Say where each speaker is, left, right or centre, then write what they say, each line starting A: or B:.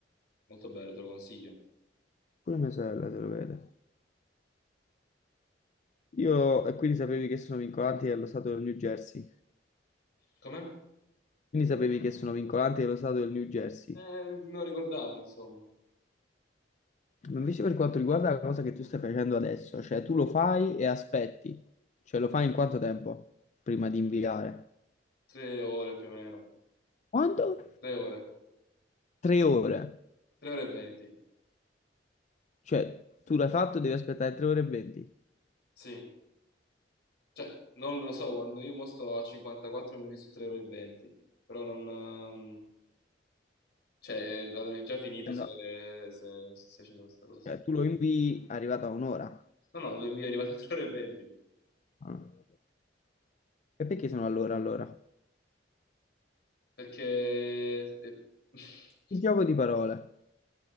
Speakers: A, on the left; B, on the left.
A: Molto bello, te lo consiglio.
B: pure mia sorella se lo vede. Io, e quindi sapevi che sono vincolanti dello stato del New Jersey.
A: Com'è?
B: Quindi sapevi che sono vincolanti dello stato del New Jersey.
A: Eh, me lo ricordavo, insomma.
B: Ma Invece per quanto riguarda la cosa che tu stai facendo adesso, cioè tu lo fai e aspetti, cioè lo fai in quanto tempo prima di inviare?
A: Tre ore più o meno.
B: Quanto?
A: Tre ore.
B: Tre ore,
A: Tre ore e venti.
B: cioè tu l'hai fatto, devi aspettare tre ore e venti.
A: Sì. Cioè, non lo so, quando io mo sto a 54 minuti su tre ore e venti. Però non... ehm, Cioè, avrei già finito
B: Eh
A: se,
B: No.
A: se, se non stessi facendo questa cosa.
B: Cioè, tu lo invii arrivato a un'ora.
A: No, no, lo invio è arrivato a 3 ore e 20.
B: Ah. E perché sono all'ora allora?
A: Perché... eh, <laughs>
B: Il gioco di parole.